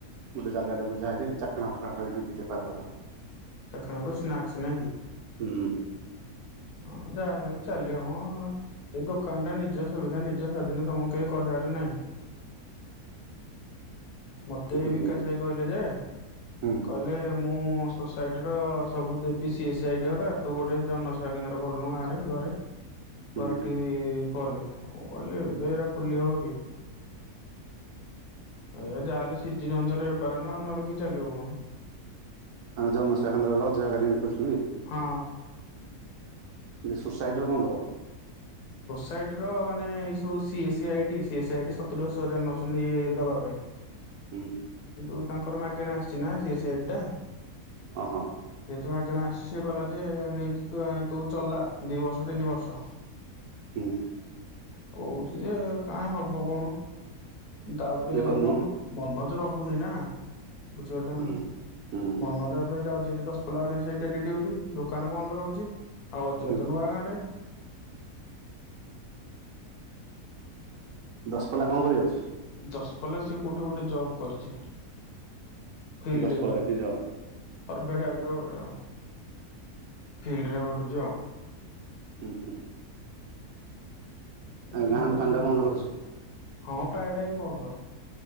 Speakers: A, on the right; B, on the left.
A: ଗୋଟେ ଜାଗା ଟା ବୁଝା ହେଇଛି ଚାଖଣା ଫାଖଣା ଖାଲି ବି ବେପାର କରାହବ।
B: ଚାଖଣାକୁ ସ୍ନାକ୍ସ ନା କି‌?
A: ହୁଁ।
B: ହଁ ଯାହାହେଲେ ବି ଚାଲିବ ମ ଏଇ ଦୋକାନ ଟା ନିଜ ସୁବିଧା ନିଜ ସ୍ଵାଧୀନ ତମକୁ କେହି କହିବାର ନାହିଁ। ମତେ
A: ହୁଁ
B: ବିକାଶ ଭାଇ କହିଲେ ଯେ
A: ହୁଁ
B: କହିଲେ ମୁଁ ସୋସାଇଟି ର ସବୁ ଦେବି ସିଏ ସାଇଡ଼ ରା ତୁ ଗୋଟେ ଜନସେବା କେନ୍ଦ୍ର ଖୋଲନୁ ଗାଁ ରେ ଘରେ।
A: ହୁଁ
B: ପର ଏଟି କଲେ ମୁଁ କହିଲି
A: ହୁଁ
B: ଏବେ ଏରା ଖୋଲି ହବ କି? ଏ ଯାହାହେଲେ ସିଜିନ ଅନୁସାରେ ବେପାର ନା ନହେଲେ କି ଚାଲିବ କହୁନୁ।
A: ମାନେ ଜନସେବା କେନ୍ଦ୍ର ବାଲା ଅଜୟ ହେରୀକା ଯେମିତି କ
B: ହଁ।
A: ଯେ ସୋସାଇଡରେ କଣ ଦବ?
B: ସାଇଟ୍ ର ମାନେ ଏଇ ସବୁ ସିଏ ସାଇଡି ସିଏ ସାଇଟି ସତୁରି ଅଶି ହଜାର ନେଉଛନ୍ତି ଦବା ପାଇଁ।
A: ହୁଁ
B: କିନ୍ତୁ ତାଙ୍କର ମାଗଣା ଆସେ ନା ସେ ସାଇଟ୍ ଟା
A: ଓହୋ
B: ଯେହେତୁ ମାଗେଣା ଆସି ସେ କହିଲା ଯେ ନେଇକି ତୁ ଚଲା। ଦି ବର୍ଷ ତିନି ବର୍ଷ
A: ହୁଁ।
B: କହୁଛି ଯେ କାଇଁ ହବ କହୁନୁ। ତାପରେ
A: ଯେ କରୁନୁ
B: ମନ ମନଜ ର <unintelligible> ବୁଝିପାରୁଛ ନା
A: ହୁଁ
B: ନାହିଁ
A: ହୁଁ
B: ମନୋଜ ଏବେ ଯାଉଛି ସେଠି ଦଶପଲ୍ଲାରେ ସେ ଡେଲି ଡ୍ୟୁଟି ଦୋକାନ ବନ୍ଦ ରହୁଛି ଆଉ <unintelligible>
A: ହୁଁ
B: ଗାଁରେ
A: ଦଶପଲ୍ଲା କଣ କରିବାକୁ ଯାଉଛି?
B: ଦଶପଲ୍ଲା ସେ କୋଉଠି ଗୋଟେ ଜବ୍ କରିଛି। ଫିଲ୍ଡ
A: ଦଶପଲ୍ଲାରେ
B: ଡ୍ୟୁଟି
A: କି ଜବ୍?
B: ସର୍ଭେ ଟାଇପର ଗୋଟେ। ଫିଲ୍ଡ ରେ ଖଟୁଛି ଆଉ।
A: ହୁଁହୁଁ। <inaudible>
B: ଏମିତି
A: ଗାଁ ଦୋକାନଟା
B: ଆଉ।
A: ବନ୍ଦ ରହୁଛି?
B: ହଁ ପ୍ରାୟ ଟାଇମ୍ ବନ୍ଦ।